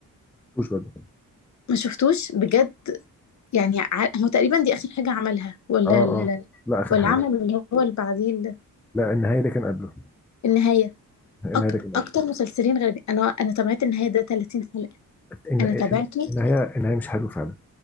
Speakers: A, in the centre; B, on the left (about 55°).
A: ما شفتوش برضه
B: ما شفتوش بجد يعني ع- هو تقريبا دي اخر حاجه عملها ولا
A: اه
B: ال...
A: اه لا اخر
B: ولا
A: حاجه
B: عمل اللي هو اللي بعديه ال-
A: لا النهايه ده كان قبله
B: النهايه
A: النهايه
B: أك...
A: ده كان قبله
B: اكتر مسلسلين غريبين انا انا تابعت النهايه ده 30 حلقه
A: الن-
B: انا تابعته
A: الن- النهايه النهايه مش حلوه فعلا